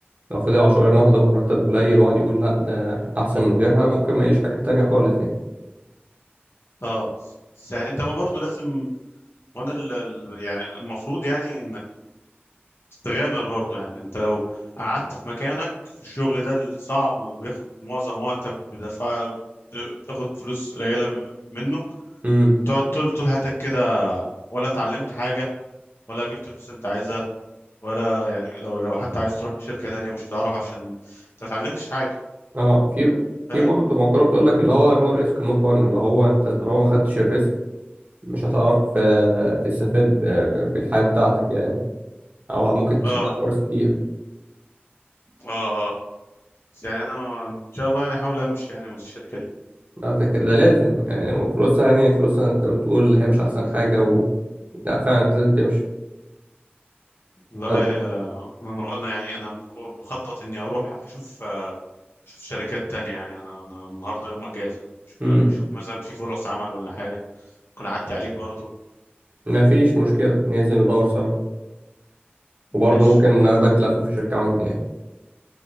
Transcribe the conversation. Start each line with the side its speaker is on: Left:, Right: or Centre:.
Right: لو فضل على شغلانه واحده بمرتب قليل وقعد يقول لا ده احسن من غيرها ممكن ما يليش حاجه تانية خالص يعني
Left: آه بس بس يعني أنت برضه لازم وأنا ال... ال- يعني المفروض يعني إنك تغامر برضه يعني أنت لو قعدت في مكانك في الشغل ده الصعب وبياخد معظم وقتك وبيدفع بتاخد فلوس قليلة منه
Right: امم
Left: تقعد طول طول حياتك كده ولا اتعلمت حاجة ولا جبت الفلوس اللي انت عايزها ولا يعني لو لو حتى عايز تروح شركة تانية مش هتعرف عشان انت متعلمتش حاجة
Right: اه في
Left: فاهم
Right: في برضه مقوله بتقول لك اللي هو نو ريسك نو فن اللي هو انت طالما ما خدتش الريسك مش هتعرف آه، تستفاد آه، بالحياه بتاعتك يعني او ممكن تضيع
Left: اه
Right: فرص كتير
Left: اه اه بس يعني انا ان شاء الله يعني احاول امشي يعني من الشركة دي
Right: لا ده, ك- ده لازم يعني وفلوسها يعني فلوسها انت بتقول هي مش احسن حاجه و... لا فعلا انت لازم تمشي
Left: والله
Right: طب
Left: آه، انا انا يعني انا بخطط اني اروح اشوف آه، اشوف شركات تانية يعني انا انا النهاردة يوم اجازة أشوف
Right: امم
Left: أشوف مثلا في فرص عمل ولا حاجة ممكن اعدي عليك برضو
Right: ما فيش مشكله ننزل ندور سوا وبرضه
Left: ماشي
Right: ممكن ناخدك لفه في الشركه عندي يعني